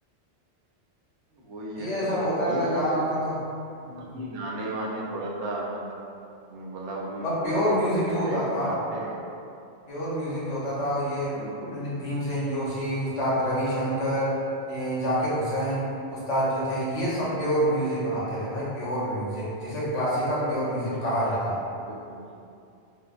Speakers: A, on the right; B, on the left.
A: वही
B: ये
A: है
B: सब
A: तो
B: होता रहता
A: यही है
B: गानों का तो हम्म,
A: कि गाने वाने थोड़ा सा मतलब मतलब अभी
B: और
A: थोड़ा
B: प्योर
A: कुछ
B: म्यूजिक
A: दिन के लिए
B: जो
A: ट्रेंड
B: होता
A: में
B: था
A: आते हैं और
B: प्योर म्यूजिक जो होता था वो ये
A: बिल्कुल
B: पंडित भीमसेन जोशी उस्ताद रविशंकर ये जाकिर हुसैन उस्ताद जो थे ये सब प्योर म्यूजिक बनाते थे भाई
A: बिल्कुल
B: प्योर म्यूजिक जिसे क्लासिकल प्योर म्यूजिक
A: ये
B: कहा
A: तो
B: जाता
A: है
B: है
A: ये बिल्कुल भी